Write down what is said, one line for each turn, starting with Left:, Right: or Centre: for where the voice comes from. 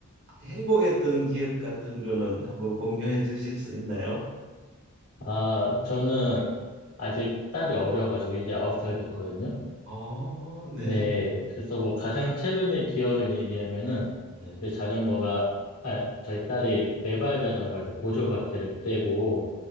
Right: 행복했던 기억 같은 거는 한번 공유해 주실 수 있나요?
Left: 아, 저는 아직 딸이 어려가지고 이제 9살 됐거든요.
Right: 어, 네.
Left: 네, 그래서 뭐 가장 최근의 기억을 얘기하면은
Right: 네.
Left: 이제 자전거가 아, 저희 딸이 네 발 자전거에서 보조 바퀴를 떼고